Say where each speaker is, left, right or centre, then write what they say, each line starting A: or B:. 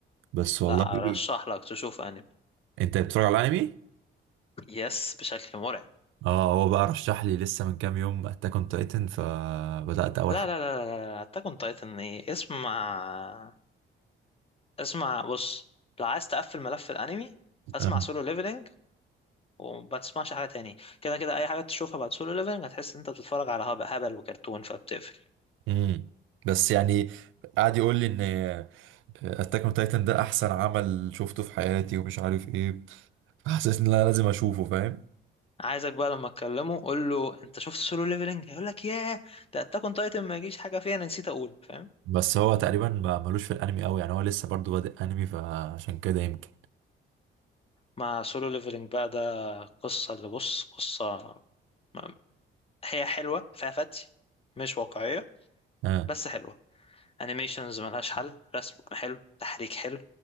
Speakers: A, on the right; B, on the left.
A: بس والله
B: لا
A: <laughs>
B: ارشح لك تشوف انمي
A: انت بتتفرج على الانمي
B: يس بشكل مرعب
A: اه هو بقى رشح لي لسه من كام يوم اتاك اون تايتن فبدات اول
B: لا لا لا لا لا، اتاك اون تايتن ايه اسمع اسمع بص لو عايز تقفل ملف الانمي اسمع
A: حلقه
B: سولو ليفلنج وما تسمعش حاجه تاني كده كده اي حاجه تشوفها بعد سولو ليفلنج هتحس ان انت بتتفرج على هب- هبل وكرتون فبتقفل
A: امم بس يعني قعد يقول لي ان اتاك اون تايتن ده احسن عمل شفته في حياتي ومش عارف ايه حسيت ان انا لازم اشوفه فاهم
B: عايزك بقى لما اكلمه قول له انت شفت سولو ليفلنج هيقول لك ياه ده اتاك اون تايتن ما يجيش حاجه فيها انا نسيت اقول فاهم
A: بس هو تقريبا ما ملوش في الانمي قوي يعني هو لسه برضو بادئ انمي فعشان كده يمكن
B: مع سولو ليفلنج بقى ده قصه اللي بص قصه م- هي حلوه فيها فتي مش واقعيه
A: اه
B: بس حلوه انيميشنز ملهاش حل رسم حلو تحريك حلو